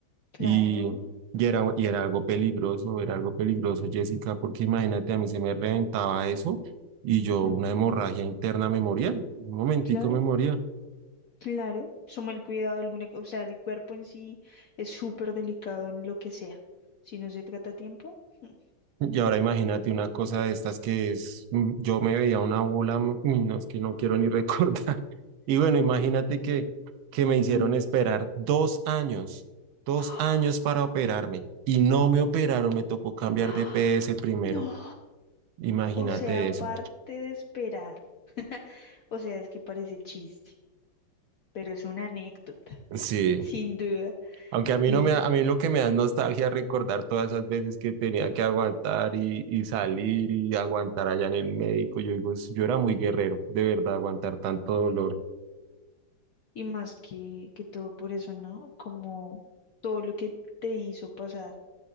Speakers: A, on the left; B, on the right.
A: Claro,
B: y, y era, y era algo peligroso, era algo peligroso, Jessica, porque imagínate, a mí se me reventaba eso y yo
A: ujú,
B: una hemorragia interna me moría, un momentico
A: claro.
B: me moría.
A: Claro, suma el cuidado, alguna, co- o sea, el cuerpo en sí es súper delicado en lo que sea. Si no se trata a tiempo. <laughs>
B: <laughs> Y ahora imagínate una cosa de estas que es, mm, yo me veía una bola, mm, uy, no, es que no quiero ni <laughs> recordar. Y bueno, imagínate que, que me hicieron
A: Ujú.
B: esperar dos años, dos
A: ¡Ah!
B: años para operarme y no me operaron, me tocó cambiar
A: ¡Ah!
B: de PS primero.
A: No.
B: Imagínate
A: O sea, aparte
B: eso.
A: de esperar. <laughs> O sea, es que parece chiste, pero es una anécdota,
B: Sí,
A: <laughs> sin duda.
B: aunque a mí
A: Y,
B: no me, da- a mí lo que me da es nostalgia recordar todas esas veces que tenía que aguantar y, y salir y aguantar allá en el médico. Yo digo, es- yo era muy guerrero, de verdad, aguantar tanto dolor.
A: y más que, que todo por eso, ¿no? Como todo lo que te hizo pasar